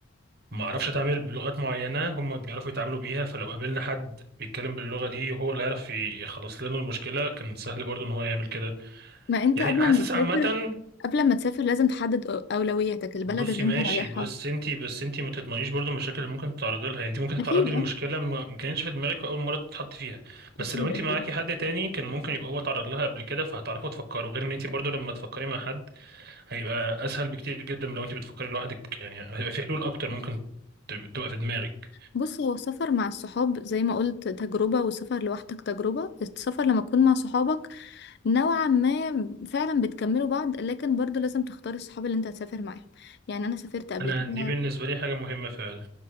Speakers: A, on the right (about 50°); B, on the left (about 55°).
A: ما اعرفش اتعامل بلغات معينه هم بيعرفوا يتعاملوا بيها فلو قابلنا حد بيتكلم باللغه دي وهو اللي يعرف يخلص لنا المشكله كان سهل برضو ان هو يعمل كده
B: ما انت
A: يعني
B: قبل
A: حاسس
B: ما تسافر
A: عامه
B: قبل ما تسافر لازم تحدد أو- اولوياتك البلد
A: بصي
B: اللي
A: ماشي
B: انت رايحها
A: بس انتي بس انتي ما تضمنيش برضو المشاكل اللي ممكن تتعرضي لها يعني انتي ممكن
B: اكيد
A: تتعرضي لمشكله
B: اه
A: ما ما كانتش في دماغك اول مره تتحط فيها بس
B: اكيد
A: لو انتي
B: اكيد
A: معاكي حد تاني كان ممكن يبقى هو اتعرض لها قبل كده فهتعرفوا تفكروا غير ان انتي برضو لما تفكري مع حد هيبقى اسهل بكتير جدا من لو انتي بتفكري لوحدك يعني هيبقى في حلول اكتر ممكن تب- تبقى في دماغك
B: بص هو السفر مع الصحاب زي ما قلت تجربة والسفر لوحدك تجربة السفر لما تكون مع صحابك نوعا ما فعلا بتكملوا بعض لكن برضو لازم تختاري الصحاب اللي انت هتسافر معاهم يعني انا سافرت قبل
A: انا
B: كده
A: دي بالنسبه لي حاجه مهمه فعلا